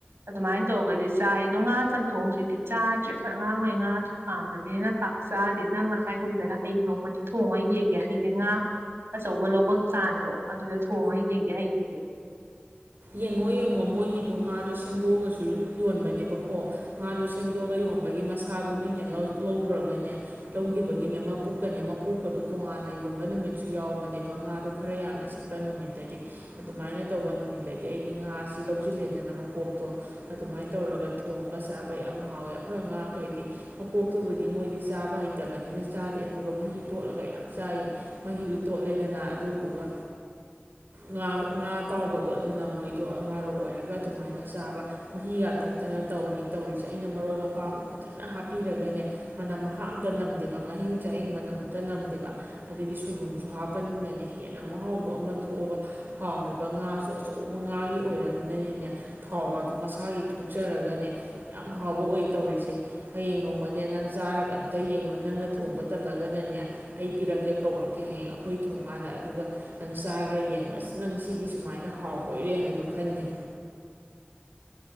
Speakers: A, on the right; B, on the right.
A: ꯑꯗꯨꯃꯥꯏꯅ ꯇꯧꯔꯒꯗꯤ ꯆꯥꯏ ꯑꯗꯣ ꯉꯥ ꯆꯝꯊꯣꯡꯁꯤꯗꯤ ꯆꯥꯗ꯭ꯔꯦ ꯑꯉꯥꯡꯈꯩ ꯉꯥꯁꯨ ꯄꯥꯝꯗꯕꯅꯤꯅ ꯄꯥꯛ ꯆꯥꯗꯦ ꯅꯪꯅ ꯍꯥꯏꯒꯨꯝꯗꯅ ꯍꯌꯦꯡ ꯅꯣꯡꯃꯗꯤ ꯊꯣꯡꯉ ꯌꯦꯡꯒꯦ ꯍꯌꯦꯡ ꯉꯥ ꯑꯆꯧꯕ ꯂꯧꯕꯒꯤ ꯆꯥꯡꯗꯣ ꯑꯗꯨꯗ ꯊꯣꯡꯉ ꯌꯦꯡꯒꯦ ꯌꯥꯏ ꯌꯦꯗꯤ
B: ꯌꯦꯡꯉꯣ ꯌꯦꯡꯉꯣ ꯃꯣꯏꯒꯤꯗꯣ ꯉꯥꯗꯣ ꯁꯦꯝꯗꯣꯛꯑꯒꯁꯨ ꯌꯣꯟꯕꯅꯦꯕꯀꯣ ꯉꯥꯗꯣ ꯁꯦꯝꯗꯣꯛꯑꯒ ꯌꯣꯟꯕꯒꯤ ꯃꯁꯥꯗꯣ ꯃꯤꯅ ꯂꯧꯈ꯭ꯔꯒꯅꯦ ꯂꯧꯈꯤꯕꯒꯤꯅꯦ ꯃꯕꯨꯛꯀꯅꯦ ꯃꯀꯣꯛꯀꯗꯨꯣ ꯇꯣꯉꯥꯟꯅ ꯌꯣꯟꯕ ꯅꯨꯃꯤꯠꯁꯨ ꯌꯥꯎꯕꯅꯦꯕ ꯉꯥꯗꯣ ꯈꯔ ꯌꯥꯝꯅ ꯁꯤꯠꯄ ꯅꯨꯃꯤꯠꯇꯗꯤ ꯑꯗꯨꯃꯥꯏꯅ ꯇꯧꯕ ꯅꯨꯃꯤꯠ ꯗꯗꯤ ꯑꯩꯗꯤ ꯉꯥꯁꯤ ꯂꯧꯁꯤꯜꯂꯦꯗꯅ ꯃꯀꯣꯛꯇꯣ ꯑꯗꯨꯃꯥꯏꯅ ꯇꯧꯔꯒ ꯊꯣꯡꯉꯒ ꯆꯥꯕ ꯌꯥꯝ ꯍꯥꯎꯋꯦ ꯑꯩꯈꯣꯏ ꯑꯉꯥꯡꯈꯩꯗꯤ ꯃꯀꯣꯛꯇꯨꯕꯨꯗꯤ ꯃꯣꯏꯗꯤ ꯆꯥꯕ ꯍꯩꯇꯕꯅꯤꯅ ꯆꯥꯗꯦ ꯑꯗꯨꯒ ꯃꯍꯤ ꯇꯣꯠꯂꯒ ꯌꯥꯝ ꯆꯥꯏꯌꯦ ꯃꯍꯤꯗꯨ ꯇꯣꯠꯂꯦꯗꯅ ꯑꯗꯨꯗꯨꯒ ꯉꯥ ꯉꯥꯇꯥꯎꯕ ꯑꯗꯣ ꯑꯗꯨꯅ ꯃꯣꯏꯗꯣ ꯉꯥꯔꯣꯛ ꯑꯣꯏꯔꯒ ꯑꯗꯨꯃꯥꯏꯅ ꯆꯥꯕ ꯃꯍꯤꯒ ꯊꯛꯇꯅ ꯇꯧꯔꯤ ꯇꯧꯔꯤꯁꯦ ꯑꯩꯅ ꯃꯔꯣꯏ ꯃꯄꯥꯡꯗꯣ ꯐꯖꯅ ꯍꯥꯞꯄꯤꯔꯒꯅꯦ ꯃꯅꯝ ꯃꯍ ꯑꯝꯇ ꯅꯝꯗꯦꯕ ꯉꯥꯍꯤꯡ ꯆꯥꯍꯤꯡ ꯃꯅꯝ ꯑꯝꯇ ꯅꯝꯗꯦꯕ ꯑꯗꯒꯤ ꯁꯣꯏꯕꯨꯝꯁꯨ ꯍꯥꯞꯄꯅꯤꯅꯅꯦ ꯍꯦꯟꯅ ꯃꯍꯥꯎꯗꯣ ꯑꯃ ꯊꯣꯛꯑꯒ ꯍꯥꯎꯔꯤꯕ ꯉꯥꯁꯨ ꯑꯆꯧꯕ ꯉꯥꯒꯤ ꯑꯣꯏꯔꯕꯅꯤꯅꯅꯦ ꯊꯥꯎꯗꯣ ꯃꯁꯥꯒꯤ ꯊꯣꯛꯆꯔꯒꯅꯦ ꯌꯥꯝ ꯍꯥꯎꯕ ꯑꯣꯏ ꯇꯧꯔꯤꯁꯦ ꯍꯌꯦꯡ ꯅꯣꯡꯃꯅꯦ ꯅꯪ ꯆꯥꯔꯒ ꯑꯇꯩ ꯌꯦꯡꯉꯣ ꯅꯪꯅ ꯊꯣꯡꯕ ꯇꯜꯂꯒꯅꯅꯦ ꯑꯩ ꯄꯤꯔꯛꯀꯦ ꯀꯧꯔꯛꯀꯦ ꯍꯌꯦꯡ ꯑꯩꯈꯣꯏ ꯊꯣꯡꯀꯥꯟꯗ ꯑꯗꯨꯒ ꯅꯪ ꯆꯥꯈ꯭ꯔ ꯌꯦꯡꯉꯣ ꯑꯁ ꯅꯪ ꯁꯤꯗꯤ ꯁꯨꯃꯥꯏꯅ ꯍꯥꯎ ꯑꯣꯏꯔꯦ ꯍꯥꯏꯗꯣ ꯈꯟꯅꯩ